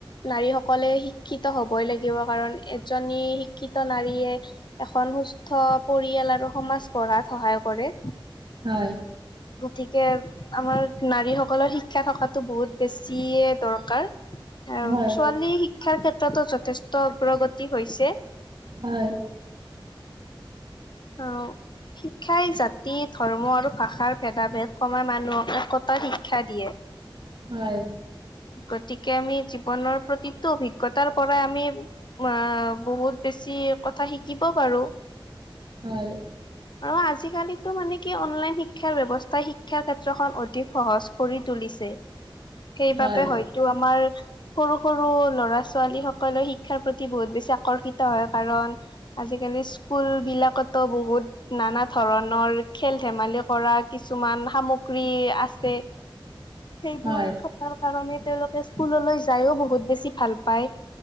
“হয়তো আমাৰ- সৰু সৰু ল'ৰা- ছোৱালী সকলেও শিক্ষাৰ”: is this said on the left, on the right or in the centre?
Left